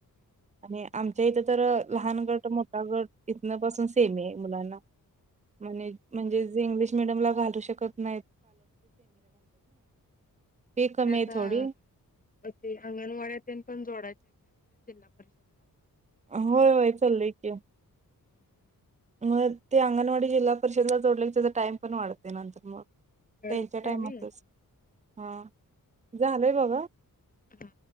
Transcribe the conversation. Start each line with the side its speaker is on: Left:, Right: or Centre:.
Right: आणि आमच्या इथं तर लहान गट मोठा गट इथन पासून सेम आहे मुलांना म्हण म्हणजे जे इंग्लिश मिडियमला घालू शकत नाहीत फी कमी
Left: आणि आता
Right: आहे थोडी
Left: ते अंगणवाड्यात पण जोडाय जिल्हा परिषदला
Right: होय होय चाललंय की
Left: <unintelligible>
Right: मग ते अंगणवाडी जिल्हा परिषदला जोडले की त्याचा टाइम पण वाढतय नंतर मग
Left: त्यावेळी
Right: त्यांच्या
Left: टायमिंग
Right: टाइमातच हा झालंय बाबा
Left: हा